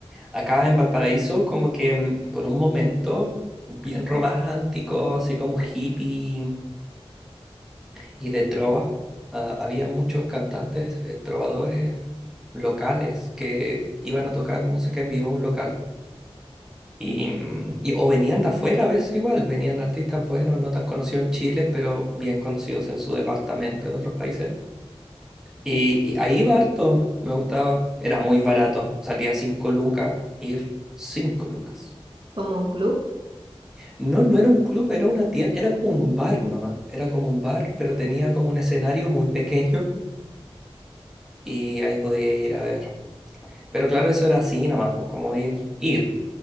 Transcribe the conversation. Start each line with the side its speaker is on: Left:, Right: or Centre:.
Centre: Acá en Valparaíso, como que mm, por un momento, bien romántico, así como hippie y de trova, ah, había muchos cantantes, eh, trovadores locales que iban a tocar música en vivo a un local. Y, mm, y- o venían de afuera a veces igual, venían artistas buenos, no tan conocidos en Chile, pero bien conocidos en su departamento, en otros países. Y, y ahí iba harto, me gustaba. Era muy barato, salía 5 lucas, ir 5 lucas.
Right: como un club.
Centre: No, no era un club, era una tienda, era como un bar nomás. Era como un bar, pero tenía como un escenario muy pequeño y ahí podía ir a ver. Pero claro, eso era así nomás, pues como ir, ir,